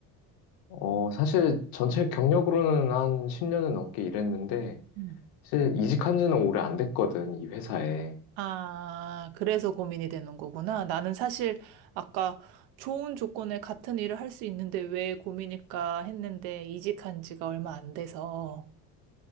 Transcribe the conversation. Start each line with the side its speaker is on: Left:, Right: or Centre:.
Left: 어, 사실 전체 경력으로는 한 10년은 넘게 일했는데,
Right: 음.
Left: 사실 이직한 지는 오래 안 됐거든, 이 회사에.
Right: 아, 그래서 고민이 되는 거구나. 나는 사실 아까 좋은 조건에 같은 일을 할 수 있는데 왜 고민일까 했는데 이직한 지가 얼마 안 돼서.